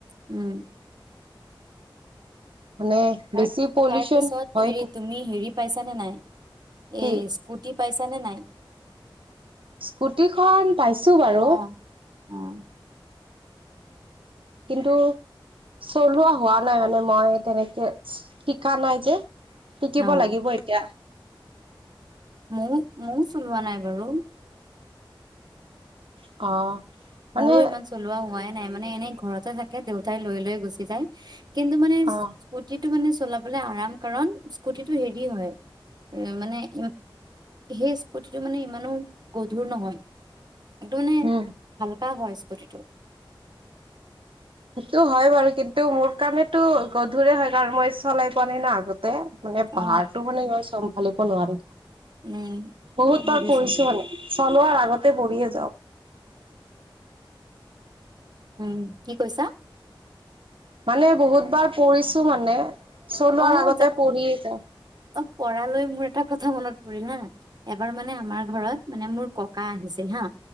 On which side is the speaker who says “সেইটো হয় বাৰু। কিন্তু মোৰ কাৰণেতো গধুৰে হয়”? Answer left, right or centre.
Right